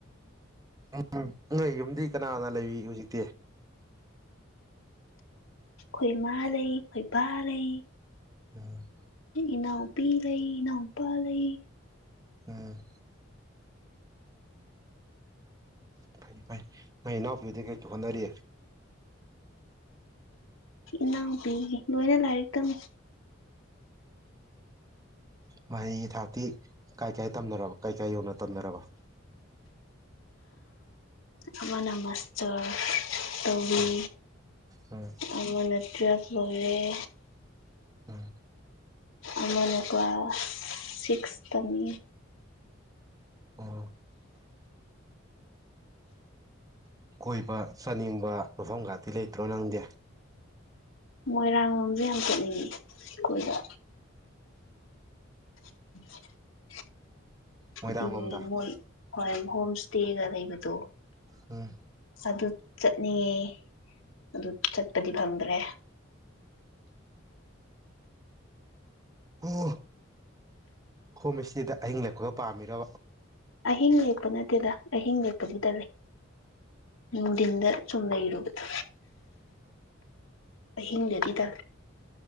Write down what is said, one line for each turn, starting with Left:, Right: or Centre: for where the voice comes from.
Right: ꯎꯝ ꯅꯣꯏ ꯌꯨꯝꯗꯤ ꯀꯅꯥ ꯀꯅꯥ ꯂꯩꯔꯤ ꯍꯧꯖꯤꯛꯇꯤ
Left: ꯑꯩꯈꯣꯏ ꯃꯥ ꯂꯩ ꯑꯩꯈꯣꯏ ꯕꯥ ꯂꯩ
Right: ꯎꯝ
Left: ꯏꯅꯥꯎꯄꯤ ꯂꯩ ꯏꯅꯥꯎꯄꯥ ꯂꯩ
Right: ꯑꯝ ꯐꯩ ꯐꯩ ꯅꯣꯢ ꯢꯅꯥꯎꯄꯤ ꯍꯣꯢꯗꯤ ꯀꯩ ꯀꯩ ꯍꯣꯠꯅꯔꯤ
Left: ꯏꯅꯥꯎꯄꯤꯒꯤ ꯂꯣꯏꯅ ꯂꯥꯏꯔꯤꯛ ꯇꯝꯃꯤ
Right: ꯃꯍꯩꯒꯤ ꯊꯥꯛꯇꯤ ꯀꯥꯏ ꯀꯥꯏ ꯇꯝꯅꯔꯕ ꯀꯥꯏ ꯀꯥꯏ ꯌꯧꯅ ꯇꯝꯅꯔꯕ
Left: ꯑꯃꯅ ꯃꯥꯁꯇꯔ ꯇꯧꯔꯤ
Right: ꯎꯝ ꯎꯝ
Left: ꯑꯃꯅ ꯇ꯭ꯋꯦꯜꯐ ꯂꯣꯢꯔꯦ
Right: ꯎꯝ
Left: ꯑꯃꯅ ꯀ꯭ꯂꯥꯁ ꯁꯤꯛꯁ ꯇꯝꯃꯤ
Right: ꯑꯣ ꯀꯣꯏꯕ ꯆꯥꯅꯤꯡꯕ ꯃꯐꯝꯒꯥꯇꯤ ꯂꯩꯇ꯭ꯔꯣ ꯅꯪꯗꯤ
Left: ꯃꯣꯏꯔꯥꯡ ꯂꯣꯝꯁꯦ ꯌꯥꯝ ꯆꯠꯅꯤꯡꯉꯦ ꯑꯩꯈꯣꯏꯗ <inaudible>
Right: ꯃꯣꯏꯔꯥꯡ
Left: ꯗꯤ
Right: ꯂꯣꯝꯗ
Left: ꯃꯣꯏ ꯍꯣꯏ ꯍꯣꯝ ꯁꯇꯦꯒ ꯂꯩꯕꯗꯣ
Right: ꯎꯝ
Left: ꯑꯗꯨ ꯆꯠꯅꯤꯡꯉꯦ ꯑꯗꯨ ꯆꯠꯄꯗꯤ ꯐꯪꯗ꯭ꯔꯦ
Right: ꯑꯣ ꯍꯣꯝꯁꯇꯦꯗ ꯑꯍꯤꯡ ꯂꯦꯛꯄꯒ ꯄꯥꯝꯃꯤꯔꯣ
Left: ꯑꯍꯤꯡ ꯂꯦꯛꯄ ꯅꯠꯇꯦꯗ ꯑꯍꯤꯡ ꯂꯦꯛꯄꯗꯤ ꯇꯜꯂꯦ ꯅꯨꯡꯗꯤꯟꯗ ꯁꯨꯝ ꯂꯩꯔꯨꯕꯗꯣ ꯑꯍꯤꯡꯗꯗꯤꯗ